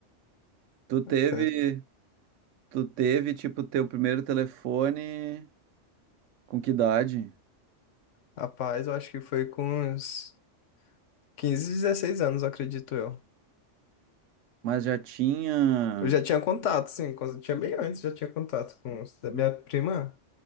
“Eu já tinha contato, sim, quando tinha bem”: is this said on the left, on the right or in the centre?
Left